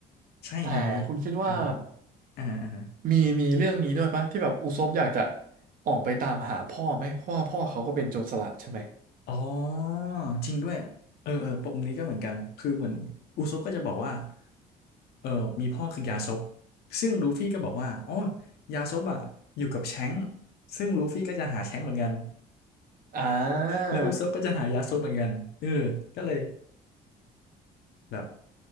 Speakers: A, on the left (about 70°); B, on the right (about 55°).
A: ใช่นามิไก่
B: แต่คุณคิดว่า
A: อ่าอ่า
B: มีมีเรื่องนี้ด้วยปะที่แบบอุซบอยากจะออกไปตามหาพ่อไหมเพราะว่าพ่อเขาก็เป็นโจรสลัดใช่ไหม
A: อ๋อจริงด้วยเออเออปมนี้ก็เหมือนกันคือเหมือนอุซบก็จะบอกว่าเออมีพ่อคือยาซบซึ่งลูฟี่ก็บอกว่าอ๋อยาซบอ่ะอยู่กับแชงก์ซึ่งลูฟี่ก็จะหาแชงก์เหมือนกัน
B: อ่า
A: และอุซบก็จะหายาซบเหมือนกันเออก็เลยแบบ